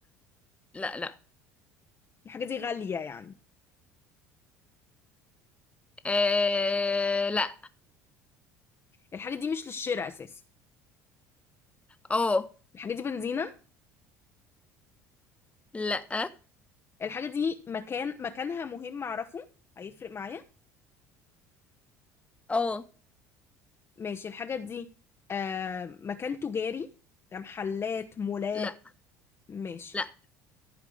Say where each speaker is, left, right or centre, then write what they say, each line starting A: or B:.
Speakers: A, on the left; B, on the left.
A: لا لا
B: الحاجة دي غالية يعني
A: آه لا
B: الحاجة دي مش للشراء أساسا
A: اه
B: الحاجة دي بنزينة
A: لا
B: الحاجة دي مكان مكانها مهم أعرفه هيفرق معايا
A: اه
B: ماشي الحاجة دي آه مكان تجاري كمحلات مولات
A: لا
B: ماشي
A: لا